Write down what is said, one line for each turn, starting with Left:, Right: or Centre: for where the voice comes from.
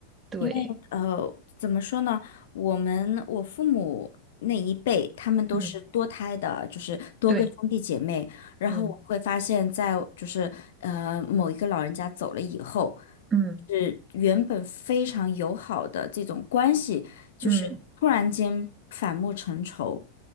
Right: 对，
Left: 因为呃，怎么说呢？我们我父母那一辈，他们都是多胎的，
Right: 嗯，
Left: 就是多个兄弟姐妹。
Right: 对，
Left: 然后我会发现在，
Right: 嗯
Left: 就是呃某一个老人家走了以后，
Right: 嗯
Left: 是原本非常友好的这种关系，就是突然间反目成仇。
Right: 嗯。